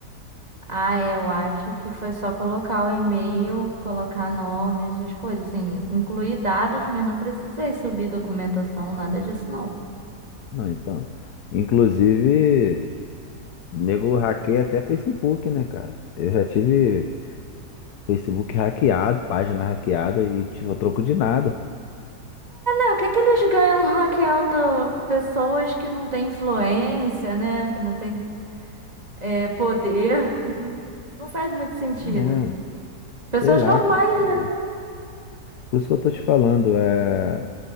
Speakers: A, on the right; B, on the left.
A: Ah, eu acho que foi só colocar o e-mail, colocar nome, essas coisas, assim, incluir dados, mas não precisei subir documentação, nada disso, não.
B: Não, então. Inclusive, nego hackeia até Facebook, né, cara? Eu já tive. Facebook hackeado, página hackeada e, tipo, a troco de nada.
A: É, o que que eles ganham hackeando pessoas que não têm influência, né? Que não têm é, poder. <laughs> Não faz muito sentido.
B: É,
A: Pessoas
B: sei lá,
A: normais,
B: cara. só- é.
A: né?
B: Por isso que eu tô te falando, é...